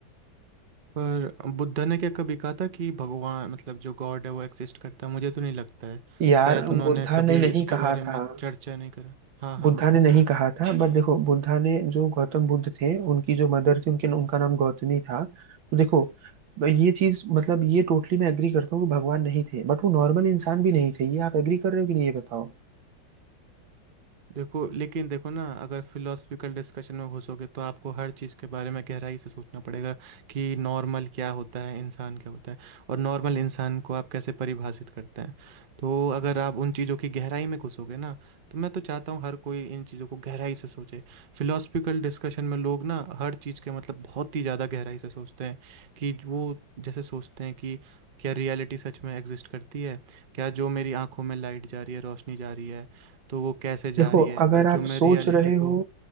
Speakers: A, on the right; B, on the right.
A: पर बुद्ध ने क्या कभी कहा था कि भगवान मतलब जो गॉड है वो एग्जिस्ट करता है मुझे तो नहीं लगता है
B: यार
A: शायद उन्होंने
B: बुद्धा
A: कभी
B: ने नहीं
A: इसके
B: कहा
A: बारे में
B: था
A: चर्चा नहीं करा हाँ हाँ
B: बुद्धा
A: हाँ
B: ने नहीं कहा था बट देखो बुद्धा ने जो गौतम बुद्ध थे उनकी जो मदर थी उनके उनका नाम गौतमी था तो देखो ये चीज मतलब ये टोटली मैं एग्री करता हूँ कि भगवान नहीं थे बट वो नॉर्मल इंसान भी नहीं थे ये आप एग्री कर रहे हो कि नहीं ये बताओ
A: देखो लेकिन देखो ना अगर फिलोसफिकल डिस्कशन में घुसोगे तो आपको हर चीज़ के बारे में गहराई से सोचना पड़ेगा कि नॉर्मल क्या होता है इंसान क्या होता है और नॉर्मल इंसान को आप कैसे परिभाषित करते हैं तो अगर आप उन चीज़ों की गहराई में घुसोगे ना तो मैं तो चाहता हूँ हर कोई इन चीज़ों को गहराई से सोचे फिलोसफिकल डिस्कशन में लोग ना हर चीज़ के मतलब बहुत ही ज़्यादा गहराई से सोचते हैं कि वो जैसे सोचते हैं कि क्या रियलिटी सच में एग्जिस्ट करती है क्या जो मेरी आंखों में लाइट जा रही है रोशनी जा रही है तो वो कैसे जा
B: देखो
A: रही है और
B: अगर आप
A: जो मैं
B: सोच
A: रियलिटी
B: रहे
A: को
B: हो